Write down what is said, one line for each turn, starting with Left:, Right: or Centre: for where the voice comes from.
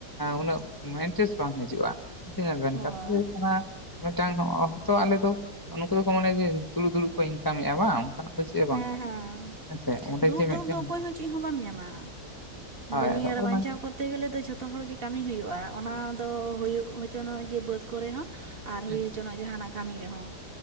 Left: ᱩᱱᱟᱹᱜ ᱢᱟ ᱤᱱᱴᱟᱨᱮᱥ ᱵᱟᱝ ᱦᱟᱡᱩᱜᱼᱟ ᱾ ᱵᱩᱡᱽ ᱠᱮᱫᱟ ᱵᱮᱱ
Right: ᱦᱳᱭ
Left: ᱠᱟᱛᱷᱟ ᱦᱩᱭᱩᱜ ᱠᱟᱱᱟ ᱢᱤᱫᱴᱟᱝ ᱚᱠᱛᱚ ᱟᱞᱮ ᱫᱚ ᱱᱩᱠᱩ ᱫᱚᱠᱚ ᱢᱚᱱᱮ ᱡᱮ ᱫᱩᱲᱩᱵ ᱫᱩᱲᱩᱵ ᱠᱚ ᱤᱱᱠᱟᱢᱮᱫᱼᱟ ᱵᱟᱝ ᱚᱱᱠᱟᱱᱟᱜ ᱫᱚ ᱪᱮᱫ ᱦᱚᱸ ᱵᱟᱝ
Right: ᱦᱮᱸ
Left: ᱠᱟᱱᱟ
Right: ᱦᱮᱸ
Left: ᱦᱮᱸᱥᱮ ᱚᱸᱰᱮ
Right: ᱫᱩᱲᱩᱵ
Left: ᱡᱮ
Right: ᱫᱩᱲᱩᱵ
Left: ᱢᱤᱫᱴᱮᱱ
Right: ᱫᱚ ᱚᱠᱚᱭ ᱦᱚᱸ ᱪᱮᱫ ᱦᱚᱸ ᱵᱟᱢ ᱧᱟᱢ ᱟ
Left: ᱦᱳᱭ
Right: ᱫᱩᱱᱭᱟᱹ
Left: ᱟᱫᱚ
Right: ᱨᱮ
Left: ᱚᱱᱟ
Right: ᱵᱟᱧᱪᱟᱣ ᱠᱚᱨ ᱛᱮ ᱜᱮᱞᱮ ᱫᱚ ᱡᱷᱚᱛᱚ ᱦᱚᱲᱜᱮ ᱠᱟᱹᱢᱤ ᱦᱩᱭᱩᱜᱼᱟ ᱚᱱᱟ ᱫᱚ ᱦᱩᱭᱩᱜ ᱦᱚᱪᱚᱱᱚᱜ ᱡᱮ ᱵᱟᱹᱫᱽ ᱠᱚᱨᱮ ᱦᱚᱸ ᱟᱨ
Left: ᱦᱮᱸ
Right: ᱦᱩᱭ ᱦᱚᱪᱚᱱᱟᱜ ᱡᱟᱦᱟᱱᱟᱜ ᱠᱟᱹᱢᱤ ᱨᱮᱦᱚᱸ